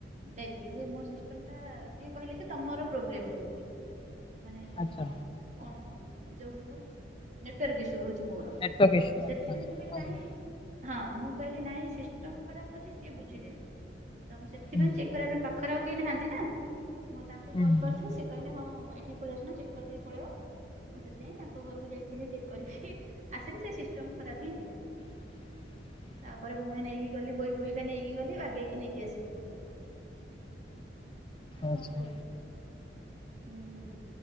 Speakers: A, on the right (about 40°); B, on the left (about 30°).
A: ଯାଇଥିଲି ଯେ ମୋ ସିଷ୍ଟମ ଟା ସିଏ କହିଲେ କି ତମର ପ୍ରୋବ୍ଲେମ ରହୁଚି। ମାନେ ତମ
B: ଆଚ୍ଛା
A: କଣ ଯୋଉ କଣ ନେଟୱର୍କ ଇସୁ ରହୁଚି। ମୋର
B: ନେଟୱାର୍କ ଇସୁ
A: ମୁଁ ସେଥିପାଇଁ
B: ଆଚ୍ଛା
A: ମୁଁ କହିଲି
B: ଓହୋ।
A: ନାହିଁ। ହଁ ମୁଁ କହିଲି ନାଇଁ ସିଷ୍ଟମ ଖରାପ ଅଛି ସିଏ ବୁଝିଲେନି ତ ମୁଁ ସେଥିପାଇଁ
B: ହୁଁ
A: ଚେକ୍ କରିବା ପାଇଁ ପା ଖରେ କେହି ନାହାନ୍ତି ନା ମୁଁ ତାଙ୍କୁ
B: ହୁଁ
A: କଲ୍ କରିଥିଲି ସେ କହିଲେ ହଁ ଏଠି ପଳେଇ ଆସୁନା ଚେକ୍ କରିଦେଇି ପଳେଇବ। ମୁଁ ସେଥିପାଇଁ ତାଙ୍କ ଘରକୁ ଯାଇଥିଲି ଚେକ୍ କରିକି ଆସିଲି ସେ ସିଷ୍ଟମ ଖରାପ ହିଁ ଥିଲା।
B: <unintelligible>
A: ତାପରେ ପୁଣି ନେଇକି ଗଲି ବୋଇ ବୋଇକାା ନେଇକି ଗଲି ବାଗେଇକି ନେଇକି ଆସିଲି ପୁଣି। ଆଉ
B: ଆଚ୍ଛା।
A: କଣ କରିବା ହୁଁ